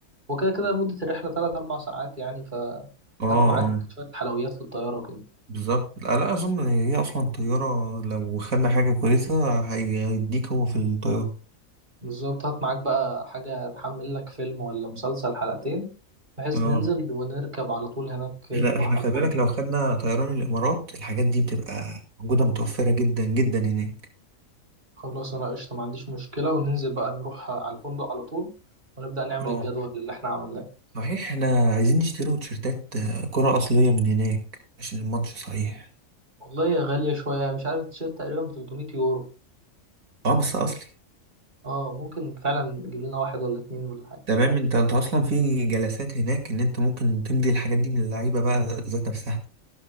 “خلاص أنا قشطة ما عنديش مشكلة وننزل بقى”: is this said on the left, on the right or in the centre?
Right